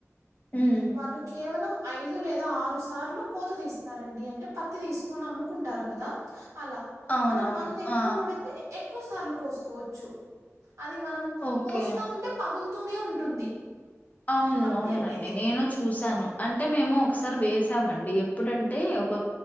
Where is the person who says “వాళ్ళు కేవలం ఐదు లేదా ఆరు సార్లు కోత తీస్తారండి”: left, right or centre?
Right